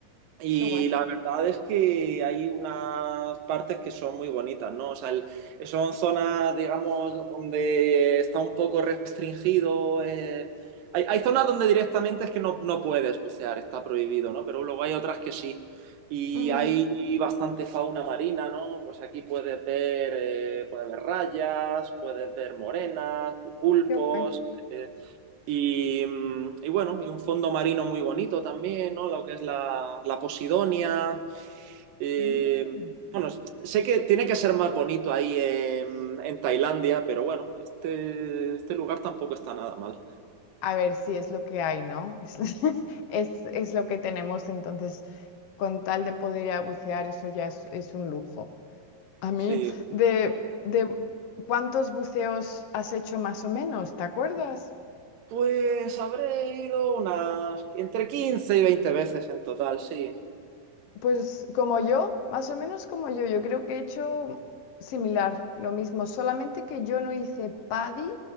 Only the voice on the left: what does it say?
qué guay.
Ujú,
Qué guay.
Mm.
A ver si es lo que hay, ¿no? Es, <laughs> es, es lo que tenemos, entonces, con tal de poder ir a bucear, eso ya es, es un lujo. A mí,
de, de cuántos buceos has hecho más o menos, ¿te acuerdas?
Pues como yo, más o menos como yo, yo creo que he hecho similar, lo mismo, solamente que yo no hice PADI,